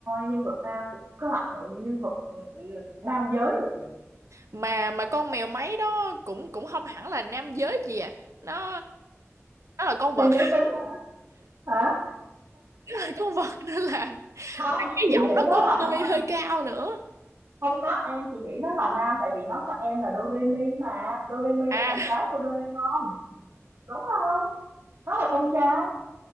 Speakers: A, on the right; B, on the right.
A: nhân vật nam được có hoặc là nhân vật ừ, ừ, nam giới được nhỉ
B: mà mà con mèo máy đó cũng cũng không hẳn là nam giới chị à nó nó là con vật
A: phi giới
B: <laughs>
A: tính hả Hả?
B: nó là con vật nên là
A: không
B: cái
A: chị
B: giọng
A: nghĩ
B: nó
A: nó
B: cũng
A: là nam
B: hơi hơi cao nữa
A: không có an chị nghĩ nó là nam tại vì nó có em là Doremi mà Doremi
B: à
A: là em gái của Doraemon đúng không nó là con trai